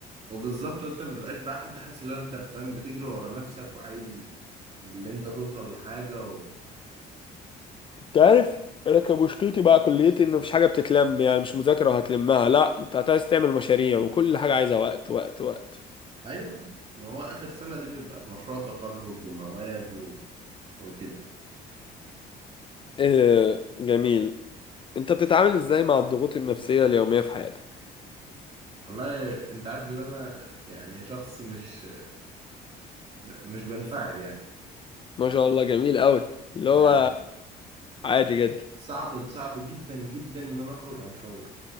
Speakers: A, on the right; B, on the left.
A: وبالظبط وانت ما بيبقاش بقى حد حاسس ان هو انت فاهم بتجري ورا نفسك وعايز اللي انت توصل لحاجه
B: انت عارف انا كان مشكلتي بقى كليتي ان مفيش حاجة بتتلم يعني مش مذاكرة وهتلمها لا انت عايز تعمل مشاريع وكل حاجة عايزة وقت وقت وقت
A: ايوه ما هو اخر سنه دي بيبقى في مشروع تخرج ومواد و... وكده
B: اه جميل انت بتتعامل ازاي مع الضغوط النفسية اليومية في حياتك
A: والله انت عارف ان انا يعني شخص مش مش بنفعل يعني
B: ما شاء الله جميل قوي اللي
A: يعني
B: هو عادي جدا
A: صعب صعب جدا جدا ان انا اخرج عن شعور